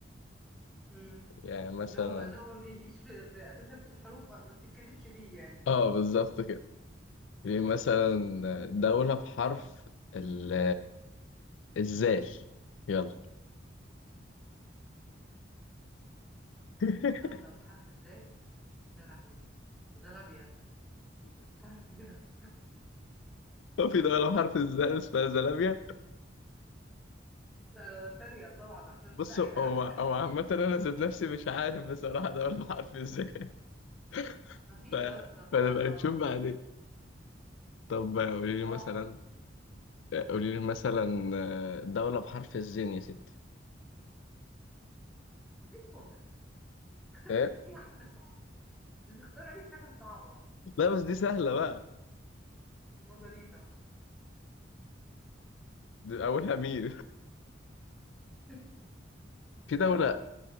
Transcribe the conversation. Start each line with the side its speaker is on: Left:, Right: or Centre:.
Centre: امم
Left: يعني مثلا
Centre: اللي هو ما اللي هو ما بيجيش في... في أساسا في حروف ما بتتكلمش بيه يعني
Left: اه بالظبط كده في مثلا دولة بحرف ال الزال يلا <laughs>
Centre: دولة بحرف الزال يا لهوي زلابيا مش عارفة ايه ده
Left: هو في دولة بحرف الزال اسمها زلابيا
Centre: لا انا بتريق طبعا عشان مش
Left: بص
Centre: لاقية
Left: هو هو عامة أنا ذات نفسي مش عارف بصراحة دولة بحرف الزال
Centre: <laughs>
Left: <laughs>
Centre: مفيش
Left: ف...
Centre: اصلا
Left: فنبقى
Centre: لا ده
Left: نشوف
Centre: شفت
Left: بعدين طب قولي لي مثلا
Centre: صعبة
Left: قولي لي مثلا آه، دولة بحرف الزين يا ستي
Centre: دي النقطة اختار
Left: إيه؟
Centre: أي حاجة صعبة مش تختار أي حاجة صعبة
Left: لا بس دي سهلة بقى
Centre: المزاريطة
Left: دي أولها مين
Centre: <laughs>
Left: <laughs> في دولة